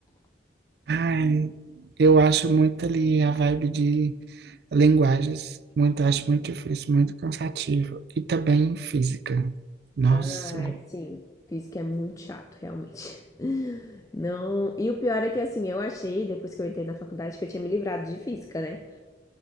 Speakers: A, on the right; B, on the left.
A: Ai, eu acho muito ali a vibe de linguagens, muito, acho muito difícil, muito cansativo. E também física. Nossa,
B: Ah, sim. Física é muito chato, realmente. <laughs> Não. E o pior é que, assim, eu achei, depois que eu entrei na faculdade, que eu tinha me livrado de física, né?